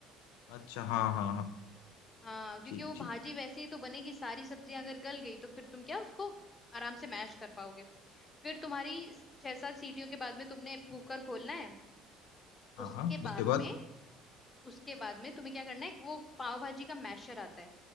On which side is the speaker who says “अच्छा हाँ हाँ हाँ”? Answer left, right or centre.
Left